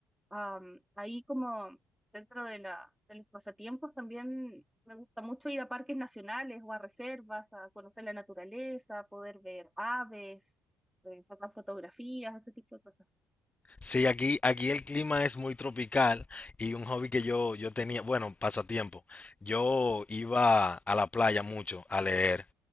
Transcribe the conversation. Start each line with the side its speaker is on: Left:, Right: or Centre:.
Centre: Am, ahí como Dentro de la, de los pasatiempos también me gusta mucho ir a parques nacionales o a reservas, a conocer la naturaleza, poder ver aves, eh, sacar fotografías, ese tipo de cosas.
Left: Sí, aquí, aquí el clima es muy tropical y un hobby que yo, yo tenía, bueno, pasatiempo, yo iba a la playa mucho a leer.